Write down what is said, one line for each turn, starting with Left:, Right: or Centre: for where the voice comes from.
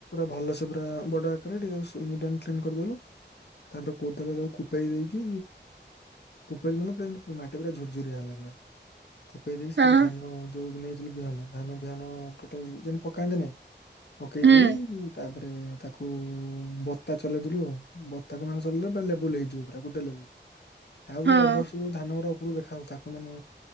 Left: ଭଲ ସେ ପୁରା ବଡ ଆକାରରେ ଟିକେ ନିଟ ଆଣ୍ଡ କ୍ଲିନ୍ କରିଦଲୁ ତାପରେ କୋଦଳରେ କୁ କୁପେଇ ଦେଇକି କୁପେଇଲା ଦେଲା ପରେ ମାଟି ପୁରା ଝୁର୍ ଝୁରିଆ ହେଲା ପୁରା । କୁପେଇ ଦେଇକି ସେଥିରେ
Right: ହଁ
Left: ଧାନ ଯୋଉ ନେଇ ଧାନ ବିହନ ଧାନ ବିହନ ଟୋଟାଲି ଯେମତି ପକାନ୍ତିନି । ପକେଇ
Right: ହୁଁ
Left: ଦେଇ ତାପ ରେ ତାକୁ ବତା ଚଲେଇଦେଲୁ ବତା କ ମାନେ ଚଲେଇଲେ ପୁରା ଲେବୁଲ ହେଇଯିବ । ତାକୁ ଦେଲେ ଲୁ । ଆଉ
Right: ହଁ।
Left: ଯୋଉ ଅବଶ୍ୟ ଯ ଧାନ ଉପରୁକୁ ଦେଖ ତାକୁ ମାନେ